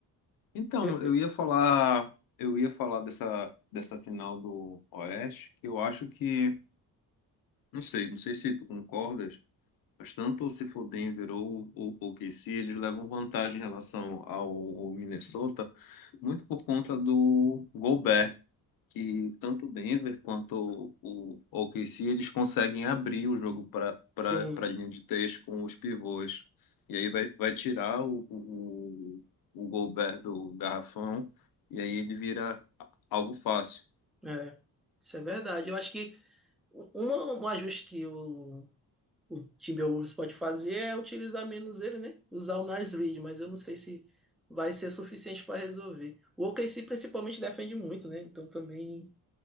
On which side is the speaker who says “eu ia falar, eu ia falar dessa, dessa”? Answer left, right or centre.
Left